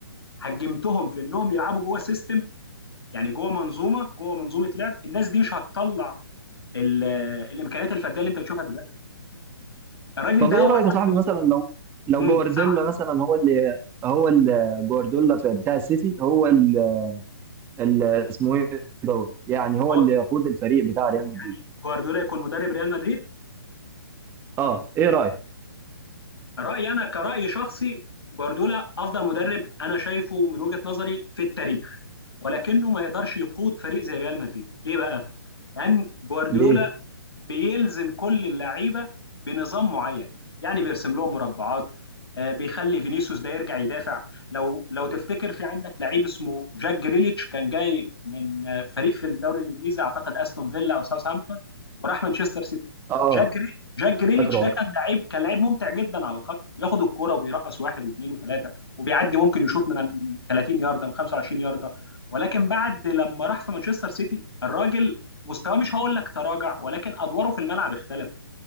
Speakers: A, on the left (about 85°); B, on the right (about 15°).
A: حجمتهم في انهم يلعبوا جوه سيستم يعني جوه منظومة جوه منظومة لعب الناس دي مش هتطلع ال- آه، الامكانيات الفردية اللي انت بتشوفها دلوقتي الراجل
B: طب
A: ده
B: ايه
A: هو
B: رايك
A: الوحيد
B: يا صاحبي مثلا لو لو
A: امم
B: جوارديولا
A: سبعة
B: مثلا هو اللي هو اللي جوارديولا في- بتاع السيتي هو اللي اللي اسمه ايه دوت يعني هو
A: هو
B: اللي يقود الفريق بتاع ريال
A: يعني
B: مدريد
A: جوارديولا يكون مدرب ريال مدريد
B: اه ايه رايك
A: رأيي أنا كرأي شخصي جوارديولا أفضل مدرب أنا شايفه من وجهة نظري في التاريخ ولكنه ما يقدرش يقود فريق زي ريال مدريد ليه بقى؟ لان جوارديولا
B: ليه؟
A: بيلزم كل اللعيبه بنظام معين يعني بيرسم لهم مربعات آه، بيخلي فينيسيوس ده يرجع يدافع لو لو تفتكر في عندك لعيب اسمه جاك جريليتش كان جاي من آه، فريق في الدوري الانجليزي اعتقد استون فيلا او ساوثهامبتون وراح مانشستر سيتي
B: اه
A: جاك جري- جاك جريليتش
B: فاكره
A: ده كان لعيب كان لعيب ممتع جدا على الخط بياخد الكرة وبيرقص واحد واثنين وثلاثه وبيعدي ممكن يشوط من من 30 يارده من 25 يارده ولكن بعد لما راح في مانشستر سيتي الراجل مستواه مش هقول لك تراجع ولكن ادواره في الملعب اختلفت